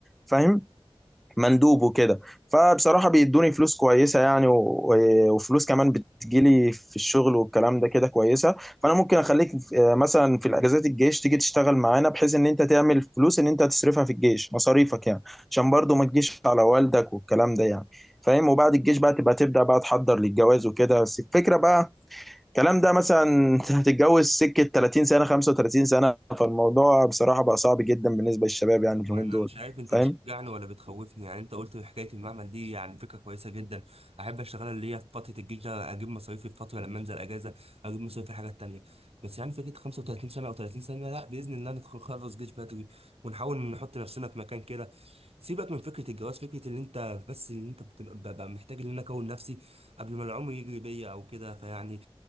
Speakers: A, in the centre; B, on the right.
A: فاهم مندوب وكده فبصراحة بيدوني فلوس كويسة يعني و... و- وفلوس كمان بتجيلي في الشغل والكلام ده كده كويسة فأنا ممكن أخليك آه، مثلا في الأجازات الجيش تيجي تشتغل معانا بحيث إن أنت تعمل فلوس إن أنت تصرفها في الجيش مصاريفك يعني عشان برضو ما تجيش على والدك والكلام ده يعني فاهم وبعد الجيش بقى تبقى تبدأ بقى تحضر للجواز وكده بس الفكرة بقى الكلام ده مثلا <laughs> أنت هتتجوز سكة 30 سنة 35 سنة فالموضوع بصراحة بقى صعب جدا بالنسبة للشباب يعني اليومين
B: وانا
A: دول
B: مش عارف انت
A: فاهم
B: بتشجعني ولا بتخوفني يعني انت قلت حكايه المعمل دي يعني فكره كويسه جدا احب اشتغلها اللي هي في فتره الجيش ده اجيب مصاريفي في فتره لما انزل اجازه اجيب مصاريفي في الحاجات التانيه بس يعني فكره 35 سنه او 30 سنه لا باذن الله ندخل خلص جيش بدري ونحاول نحط نفسنا في مكان كده سيبك من فكره الجواز فكره اللي انت بس اللي انت بتبقى ببقى محتاج ان انا اكون نفسي قبل ما العمر يجري بيا او كده فيعني